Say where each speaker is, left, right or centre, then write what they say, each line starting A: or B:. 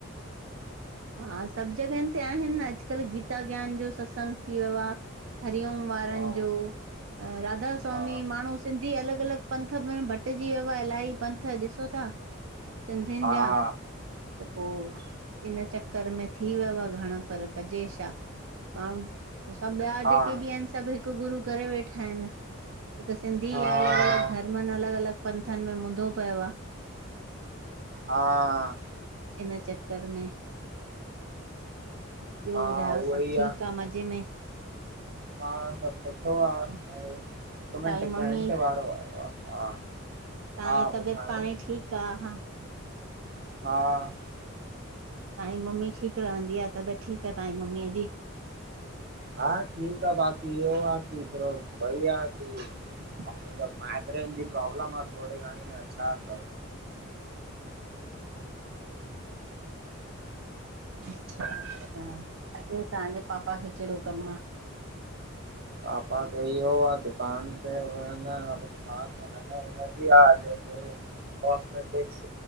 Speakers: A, on the right; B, on the right.
A: हा सभु जॻहियुनि ते आहिनि न अॼकल्ह गीता ज्ञान जो सत्संग थी वियो आ। हरिओम वारनि
B: हा
A: जो राधा स्वामी
B: हा
A: माण्हू सिंधी अलग अलग पंथ म भटिजी वियो आ इलाही पंथ ॾिसो ता। सिंधिनि
B: हा
A: जा त पो इन चक्कर में थी वियव घण पर कजे छा? त सभु ॿिया
B: हा
A: जेके बि ऐन सभु हिकु गुरू करे वेठा ऐन हिकु सिंधी
B: हा
A: आ अलग-अलग धर्मनि अलग-अलग पंथनि में मुंदो पयो आ।
B: हा।
A: हिन चक्कर में ॿियो
B: हा
A: ॿुधायो
B: उहो
A: सभ
B: ई
A: ठीक
B: आ
A: आह मज़े में?
B: हा सभ सुठो आह ऐं
A: तव्हांजी
B: कमेंट <unintelligible>
A: मम्मी
B: वारो आहयो आ।
A: तव्हांजी
B: हा
A: तबियत
B: ॿुधायो
A: पाणीं ठीक आह हा
B: हा
A: तव्हांजी मम्मी ठीक रहंदी आह। तबेत ठीक आह तव्हांजी मम्मीअ जी?
B: हा ठीक आह बाक़ी इयो आ <unintelligible> मम्मी त माइगरेन जी प्रोब्लेम ब आह थोड़ी घंणी अछा <unintelligible>
A: अच्छा ॿयो तव्हांजे पापा खे केहड़ो कम आह?
B: पापा खे ईहयो आ दुकान ते वेहंदा आहिन दुकान <unintelligible> कॉस्मेटिक्स